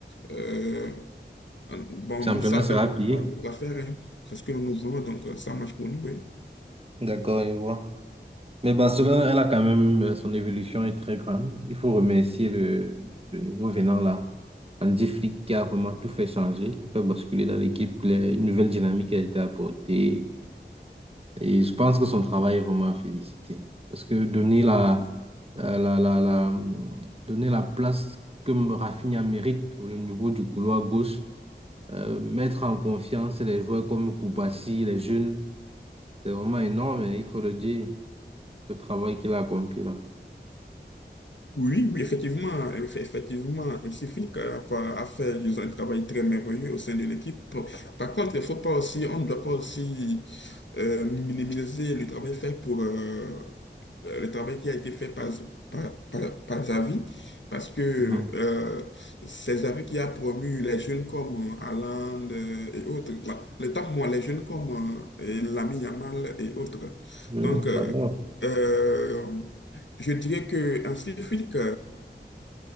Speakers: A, on the left; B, on the right.
A: euh, bon,
B: Le Championnat
A: nous, ça fait
B: sera
A: notre
B: payé.
A: notre affaire, hein. c'est ce que nous voulons, donc euh, ça marche pour nous, oui.
B: D'accord, je vois. Mais Barcelone, elle a quand même, euh, son évolution est très grande. Il faut remercier le, le nouveau venant là, Andy Flick, qui a vraiment tout fait changer, tout fait basculer dans l'équipe. Les- Une nouvelle dynamique a été apportée. Et je pense que son travail est vraiment à féliciter. Parce que donner la, la, la, la- la- donner la place que Rafinha mérite au niveau du couloir gauche, euh, mettre en confiance les joueurs comme Koubassi, les jeunes, c'est vraiment énorme et il faut le dire, le travail qu'il a accompli là.
A: Oui, oui, effectivement, eff- effectivement, Msiflik a, pas- a fait, disons, un travail très merveilleux au sein de l'équipe. Par contre, il faut pas aussi, on ne doit pas aussi euh, minimiser le travail fait pour euh, euh, le travail qui a été fait par, par, par, par Xavi, parce que
B: Mhm.
A: euh, c'est Xavi qui a promu les jeunes comme euh, Haaland euh, et autres. Bah, le tape, moi, les jeunes comme euh, et Lamine Yamal et autres.
B: Mhm,
A: Donc, euh,
B: D'accord.
A: euh, je dirais que en Afrique